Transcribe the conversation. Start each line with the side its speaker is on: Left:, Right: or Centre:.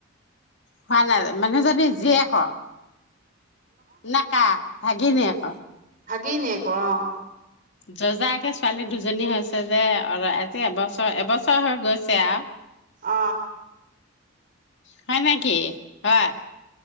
Left: হোৱা নাই মানুহজনী জীয়েক নেকা ভাগিনীয়েক।
Right: ভাগিনীয়েক অ।
Left: যজাকে ছোৱালী দুজনী হৈছে যে, অল আজি এবছ এবছ হৈ গৈছে আউ।
Right: অ।
Left: হয় নেকি? হয়।